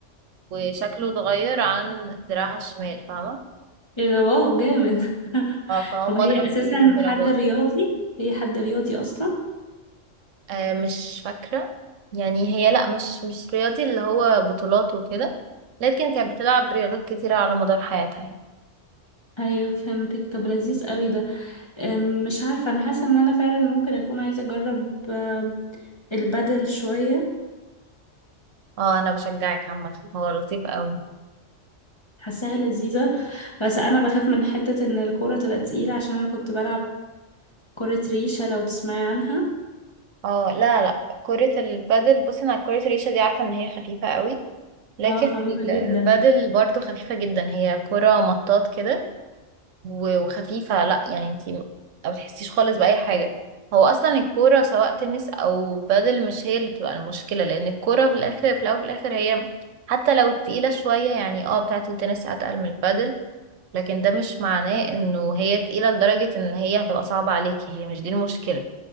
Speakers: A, on the right (about 80°); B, on the left (about 25°).
A: وشكله اتغير عن دراعها الشمال فاهمة
B: ايه ده واو جامد <laughs>
A: ف- فهو
B: طب
A: مضرب
B: هي اساسا
A: تقيل للدرجات
B: حد رياضي هي حد رياضي اصلا
A: آه مش فاكرة يعني هي لأ مش مش رياضي اللي هو بطولات وكده لكن كانت بتلعب رياضات كتيرة على مدار حياتها يعني
B: ايوه فهمتك طب لذيذ قوي ده أم، مش عارفة انا حاسة ان انا فعلا ممكن اكون عايزة اجرب آه، البدل شوية
A: اه أنا بشجعك عامة هو لطيف قوي
B: حاساها لذيذة بس أنا بخاف من حتة إن الكورة تبقى تقيلة عشان أنا كنت بلعب كرة ريشة لو تسمعي عنها
A: اه لا لا كرة البادل بصي أنا كرة الريشة دي عارفة إن هي خفيفة قوي لكن
B: اه خفيفة
A: البادل
B: جدا
A: برضو خفيفة جدا هي كرة مطاط كده و- وخفيفة لا يعني انتي ما بتحسيش خالص بأي حاجة هو أصلا الكورة سواء تنس أو بادل مش هي اللي بتبقى المشكلة لأن الكورة في الآخر في الأول وفي الآخر هي حتى لو تقيلة شوية يعني اه بتاعة التنس أتقل من البادل لكن ده مش معناه إنه هي تقيلة لدرجة إن هي هتبقى صعبة عليكي هي مش دي المشكلة